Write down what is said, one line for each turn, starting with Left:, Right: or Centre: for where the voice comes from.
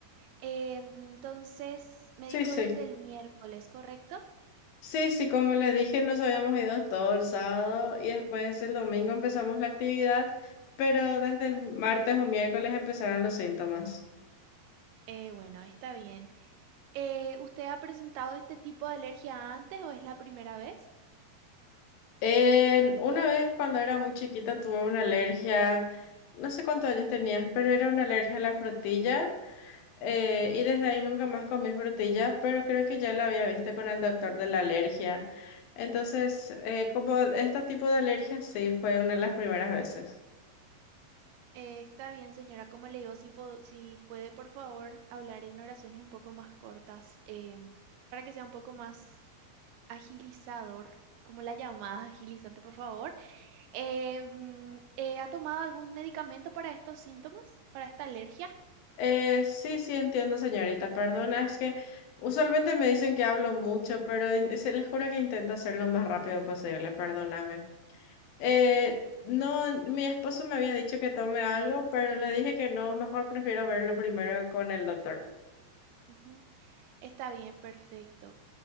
Right: Eh, entonces, me
Left: Sí,
Right: dijo
Left: sí.
Right: desde el miércoles, ¿correcto?
Left: Sí, sí, como le dije, nos habíamos ido todo el sábado y después el domingo empezamos la actividad, pero desde el martes o miércoles empezaron los síntomas.
Right: Eh, bueno, está bien. Eh, ¿usted ha presentado este tipo de alergia antes o es la primera vez?
Left: En- una vez cuando era muy chiquita tuve una alergia, no sé cuántos años tenías, pero era una alergia a la frutilla eh, y desde ahí nunca más comí frutilla, pero creo que ya la había visto con el doctor de la alergia. Entonces, eh, como este tipo de alergia, sí, fue una de las primeras veces.
Right: Eh, está bien, señora. Como le digo, si, po- si puede, por favor, hablar en oraciones un poco más cortas, em, para que sea un poco más agilizador, como la llamada <laughs> agilizante, por favor. Em, eh, ¿ha tomado algún medicamento para estos síntomas, para esta alergia?
Left: Eh, sí, sí, entiendo, señorita. Perdona, es que usualmente me dicen que hablo mucho, pero in- se les juro que intento hacerlo lo más rápido posible. Perdóname. Eh, no, mi esposo me había dicho que tome algo, pero le dije que no, mejor prefiero verlo primero con el doctor.
Right: Ujú, Está bien, perfecto.